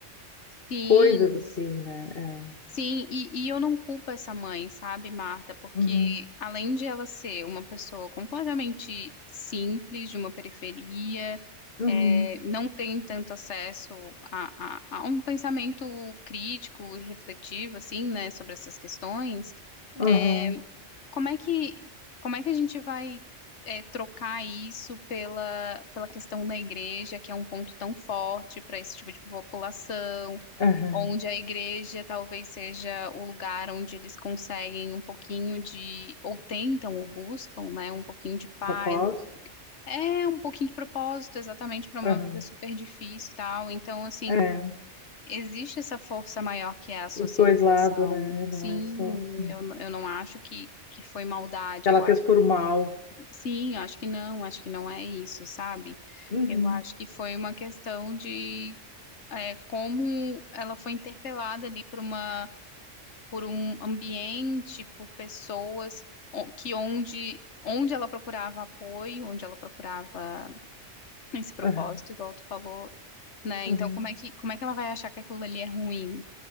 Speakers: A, on the left; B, on the left.
A: sim.
B: coisas assim, né?
A: Sim, e, e eu não culpo essa mãe, sabe, Marta? Porque
B: É. Uhum,
A: além de ela ser uma pessoa completamente simples, de uma periferia,
B: uhum,
A: é, não tem tanto acesso a, a, a um pensamento crítico e refletivo, assim, né, sobre essas questões, é,
B: aham,
A: como é que, como é que a gente vai, é, trocar isso pela, pela questão da igreja, que é um ponto tão forte para esse tipo de população?
B: aham.
A: onde a igreja talvez seja o lugar onde eles conseguem um pouquinho de, ou tentam ou buscam, né, um pouquinho de paz,
B: Propósito?
A: um po- é um pouquinho de propósito, exatamente para
B: Aham.
A: uma vida super difícil e tal. Então, assim,
B: É,
A: existe essa força maior que é a socialização.
B: os dois lados, né? Não
A: Sim,
B: é só. hum.
A: eu, n- eu não acho que, que foi maldade.
B: Que
A: Eu,
B: Ela fez
A: a-
B: por mal.
A: sim, eu acho que não, acho que não é isso, sabe?
B: Uhum,
A: Eu acho que foi uma questão de é, como ela foi interpelada ali por uma por um ambiente, por pessoas o- que onde onde ela procurava apoio, onde ela procurava esse propósito,
B: aham,
A: igual tu falou, né?
B: aham,
A: Então como é que como é que ela vai achar que aquilo ali é ruim?